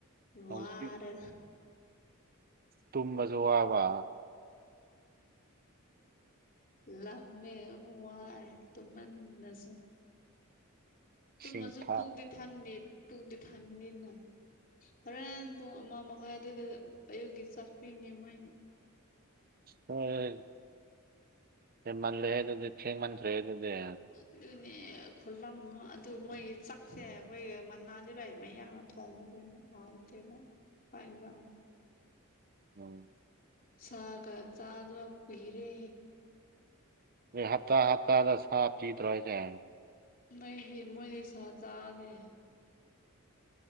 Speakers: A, on the right; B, on the left.
A: ꯍꯧꯖꯤꯛꯇꯤ
B: ꯋꯥꯔꯦ
A: ꯇꯨꯝꯕꯁꯨ ꯋꯥꯕ
B: ꯂꯝꯃꯦ ꯋꯥꯏ ꯇꯨꯃꯟꯟꯅꯁꯨ
A: ꯏꯁꯤꯡ
B: ꯇꯨꯝꯃꯁꯨ
A: ꯊꯥ
B: ꯄꯨꯛꯗꯤ ꯊꯟꯕꯤ ꯄꯨꯒꯗꯤꯊꯟꯕꯤꯅ ꯍꯣꯔꯦꯟ ꯄꯨꯡ ꯑꯃ ꯃꯈꯥꯏ ꯑꯗꯨꯏꯗ ꯑꯌꯨꯛꯀꯤ ꯆꯥꯛꯄꯤꯅꯤ ꯃꯣꯏꯅ꯫
A: ꯍꯣꯏ ꯃꯜꯗꯗꯤ ꯊꯦꯡ ꯃꯟ꯭ꯔꯦ ꯍꯗꯗꯤꯦ
B: ꯑꯗꯨꯅꯦ ꯈꯨꯠꯂꯝ ꯑꯗꯨ ꯃꯣꯏꯒꯤ ꯆꯥꯛꯁꯦ ꯑꯩꯈꯣꯏ ꯃꯅꯥ ꯂꯩꯕ ꯃꯌꯥ ꯊ ꯍꯥꯎꯦ ꯐꯥꯏꯖ
A: ꯎꯝ
B: ꯁꯥꯒ ꯆꯥꯗꯋꯥ ꯀꯨꯏꯔꯦ
A: ꯑꯩ ꯍꯞꯇꯥ ꯍꯥꯞꯇꯥꯗ ꯁꯥ ꯄꯤꯗꯔꯤ ꯍꯥꯏꯁꯦ
B: ꯃꯣꯏꯗꯤ ꯃꯣꯏꯗꯤ ꯁꯖꯥꯗꯦ